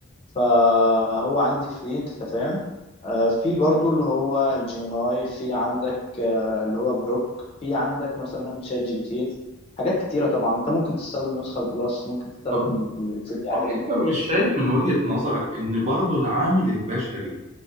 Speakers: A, on the left; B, on the right.
A: فهو عندي فري انت فاهم آه، في برضو اللي هو الجيميناي في عندك آه، اللي هو جروك في عندك مثلا شات جي بي تي حاجات كتيرة طبعا انت ممكن تستخدم نسخة بلس ممكن تستخدم
B: طب
A: الفري عادي
B: طب انت مش شايف من وجهه نظرك ان برضو العامل البشري